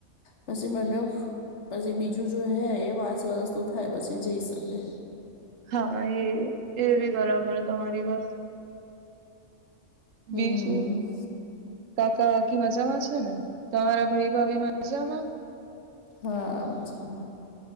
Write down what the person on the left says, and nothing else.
પસી બંનેવ પછી બીજું જો હે એ પાંચ વરસનું થાય પછી જઈ શકે.
હમ
હા મજામાં.